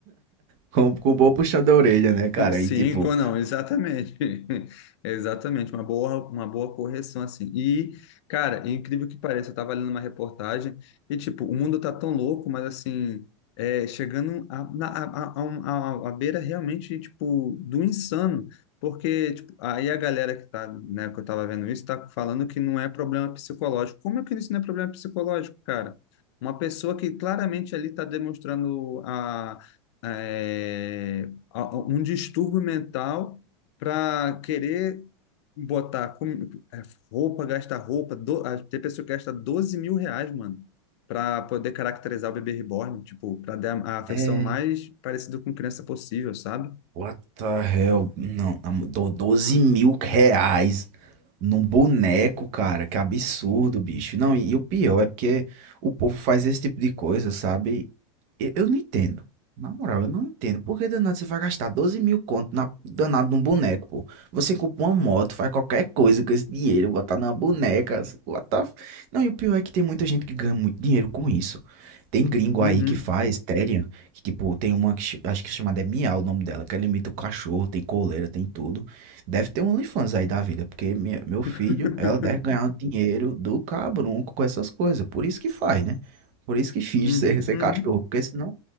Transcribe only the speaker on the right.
com, com um bom puxão da orelha, né, cara?
E tipo.
É,
What the hell? Não, na mo- dou 12 mil reais num boneco, cara. Que absurdo, bicho. Não, e, e o pior é porque o povo faz esse tipo de coisa, sabe? E- Eu, não entendo. Na moral, eu não entendo. Por que danado você vai gastar 12 mil conto na danado num boneco, pô? Você compra uma moto, faz qualquer coisa com esse dinheiro, botar numa boneca. What the... f- Não, e o pior é que tem muita gente que ganha muito dinheiro com isso. Tem gringo
aí que faz, Terian. Que, tipo, tem uma que ch- acho que é chamada é Miau o nome dela, que ela imita o cachorro, tem coleira, tem tudo. Deve ter um OnlyFans aí da vida, porque minha- meu filho,
ela deve ganhar o dinheiro do cabrunco com essas coisas. Por isso que faz, né? Por isso que finge
ser, ser
cachorro, porque senão.